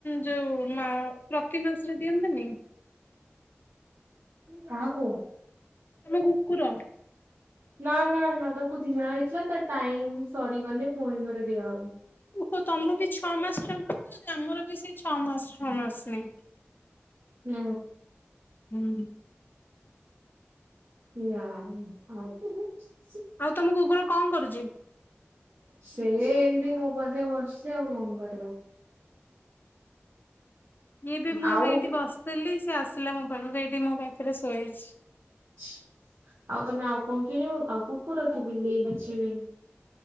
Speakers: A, on the left; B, on the right.
A: ଯୋଉ ମା ପ୍ରତି ମାସରେ ଦିଅନ୍ତି ନି।
B: କାହାକୁ?
A: ତମ କୁକୁର।
B: ନା ନା ନା ତାକୁ ଦିଆ ହେଇଥିଲା ତା ଟାଇମ୍ ସରିଗଲେ ପୁଣି ଥରେ ଦିଆହବ।
A: ଓହୋ ତମ ବି ଛଅ ମାସ ଛଅ ମାସ ଦଉଚ ଆମର ବି ସେଇ ଛଅ ମାସ ଛଅ ମାସ ନିଏ।
B: ହୁଁ।
A: ହୁଁ।
B: ଯାହା ହଉ ଆଜି
A: ଆଉ ତମ କୁକୁର କଣ କରୁଚି?
B: ସେ ଏଇଠି ମୋ ପାଖେ ବସିଚି ଆଉ କଣ କରିବ।
A: ଇଏ ବି ମୁଁ
B: ଆଉ।
A: ଏବେ ଏଇଠି ବସିଥିଲି ସେ ଆସିଲା ମୋ ପାଖକୁ ଏଇଠି ମୋ ପାଖରେ ଶୋଇଛି।
B: <unintelligible> ଆଉ ତମେ ଆଉ କଣ କିଣିବ ଆଉ କୁକୁର କି ବିଲେଇ ଅଛିି ବି।